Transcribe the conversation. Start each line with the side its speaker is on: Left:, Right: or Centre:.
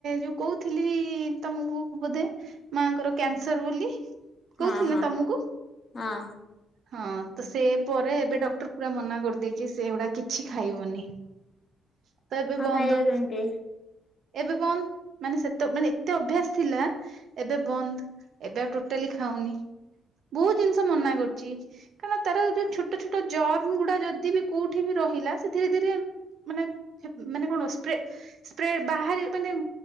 Right: ଯୋଉ କୋଉଥିଲି ତମୁକୁ ବୋଧେ। ମାଆଙ୍କର କ୍ୟାନସର ବୋଲି।
Left: ହଁ
Right: କହୁଥିଲି
Left: ହଁ
Right: ନା ତମକୁ
Left: ହଁ।
Right: ହଁ ତ ସେ ପରେ ଏବେ ଡକ୍ଟର ପୁରା ମନା କରିଦେଇଚି ସେ ଏଗୁଡ଼ା କିଛି ଖାଇବନି। ତ ଏବେ
Left: ଆଉ
Right: ବନ୍ଦ।
Left: ଖାଇବେ କେମିତି
Right: ଏବେ ବନ୍ ମାନେ ସେତେ ମାନେ ଏତେ ଅଭ୍ୟାସ ଥିଲା। ଏବେ ବନ୍ଦ ଏବେ ଆଉ ଟୋଟାଲି ଖାଉନି ବହୁତ ଜିନିଷ ମନା କରୁ କାରଣ ତାର ଯୋଉ ଛୋଟ ଛୋଟ ଜର୍ମ ଗୁଡା ଯଦି ବି କୋଉଠି ବି ରହିଲା ସେ ଧୀରେ ଧୀରେ। ମାନେ ଏ ମାନେ କଣ ସ୍ପ୍ରେ ସ୍ପ୍ରେଡ଼ ବାହାରି ମାନେ